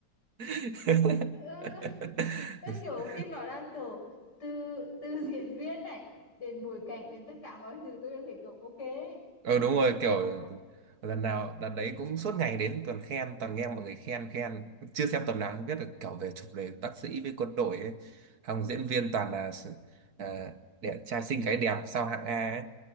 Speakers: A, on the right; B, on the left.
A: <laughs>
B: ừ, ừ, kiểu phim đó là kiểu từ từ diễn viên này đến bối cảnh đến tất cả mọi thứ tôi đều thấy kiểu ok ấy.
A: Ừ đúng
B: nếu
A: rồi
B: hôm nào
A: kiểu lần nào đợt đấy cũng suốt ngày đến toàn khen toàn nghe mọi người khen khen chưa xem tầm nào không biết được kiểu về chủ đề bác sĩ với quân đội ấy. Hồng diễn viên toàn là uh, đẹp trai xinh gái đẹp sao hạng A ấy